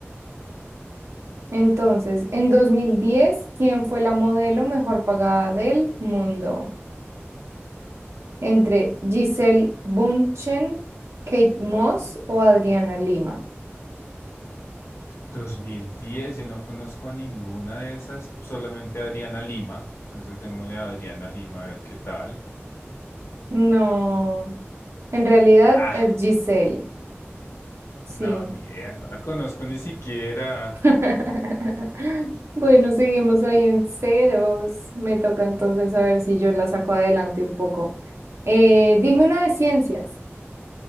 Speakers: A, on the right (about 70°); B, on the left (about 70°).
A: Entonces, en 2010, ¿quién fue la modelo mejor pagada del mundo? Entre Giselle Bunchen, Kate Moss o Adriana Lima.
B: 2010, yo no conozco a ninguna de esas, solamente a Adriana Lima. Entonces démosle a Adriana Lima a ver qué tal.
A: No, en realidad
B: Ah,
A: es Giselle. Sí.
B: no, ni idea, no la conozco ni siquiera.
A: <laughs> Bueno, seguimos ahí en ceros. Me toca entonces a ver si yo la saco adelante un poco. Eh, dime una de ciencias.